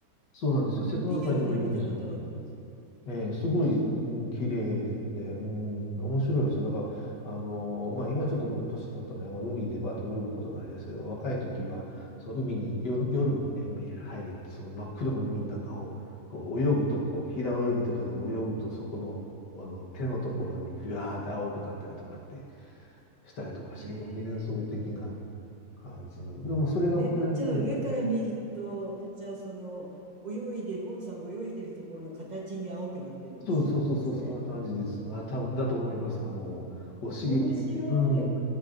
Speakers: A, on the left; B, on the right.
A: そうなんですよ。
B: ね、
A: 瀬戸内海にもいるんですよ。
B: ビデオでは見たことあるんですけど。
A: ええ、すごい、
B: あ、そうなんです。
A: うん綺麗で、うん、面白いですよ。だから、あのーまあ、今ちょっともう年取ったんで、あんま海でバーッと泳ぐことないですけど、若い時は、
B: うん。
A: その海に、よ、夜にね、海に入りその真っ黒の海の中を、こう、泳ぐと、こう、平泳ぎとかで泳ぐと、そこの、あの、手のところにビワーって青くなったりとかってしたりとかして、
B: えー、
A: 結構幻想的な感じの、でもそれが本当に、
B: え、じゃあ上から見ると、
A: うん
B: じゃあその泳いでる、オンさんが泳いでるところの形に青くなってんのかしら、
A: そうそうそうそう、
B: それ。
A: そんな感じです。あ、多分だと思います。あの、こう刺激って、
B: 面白い。
A: うん。ま